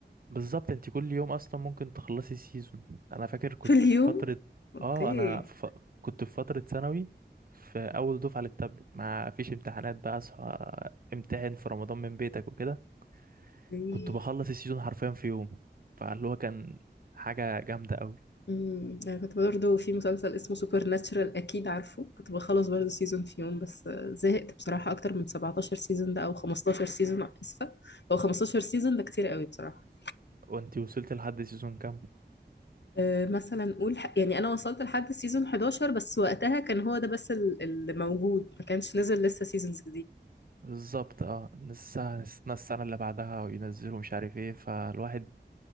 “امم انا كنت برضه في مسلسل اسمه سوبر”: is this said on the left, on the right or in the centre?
Left